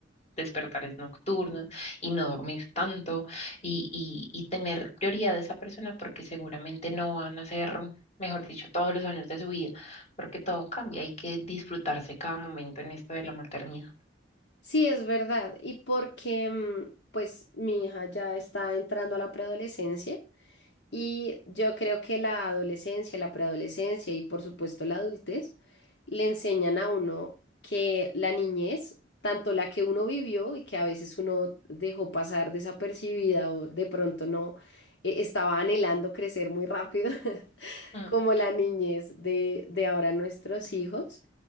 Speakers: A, on the left (about 35°); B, on the left (about 65°).
A: despertares nocturnos y no dormir tanto y, y, y tener prioridad de esa persona porque seguramente no van a ser, mejor dicho, todos los años de su vida, porque todo cambia, hay que disfrutarse cada momento en esto de la maternidad.
B: sí, es verdad. Y porque, mm, pues, mi hija ya está entrando a la preadolescencia. Y yo creo que la adolescencia, la preadolescencia y por supuesto la adultez le enseñan a uno que la niñez, tanto la que uno vivió y que a veces uno dejó pasar desapercibida o de pronto no eh, estaba anhelando crecer muy rápido, <laughs>
A: Mm,
B: como la niñez de, de ahora nuestros hijos